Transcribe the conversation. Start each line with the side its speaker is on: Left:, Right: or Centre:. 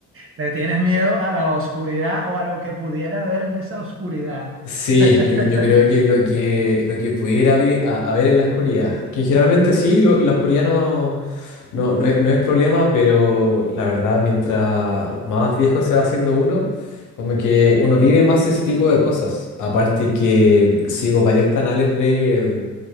Right: ¿Le tienes miedo a la oscuridad o a lo que pudiera haber en esa oscuridad?
Left: Sí,
Right: <laughs>
Left: yo, yo creo que lo que lo que pudiera abrir a, a ver en la oscuridad, que generalmente sí, lo- la oscuridad no, no, no es, no es problema, pero la verdad, mientras más viejo se va haciendo uno, como que uno vive más ese tipo de cosas. Aparte que sigo varios canales de